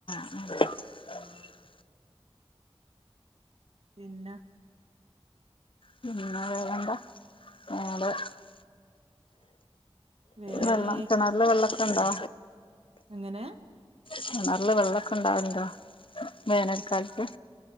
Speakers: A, on the left; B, on the right.
A: ഉം.
B: ആഹ് പിന്ന,
A: പിന്നെ വേറെന്താ? <unintelligible>
B: വേറെ
A: വെള്ളം കിണറിലെ വെള്ളംക്കെ ഉണ്ടോ?
B: എങ്ങനെ?
A: കിണറില് വെള്ളക്കെ ഇണ്ടാവറ്ണ്ടോ വേനൽക്കാലത്ത്?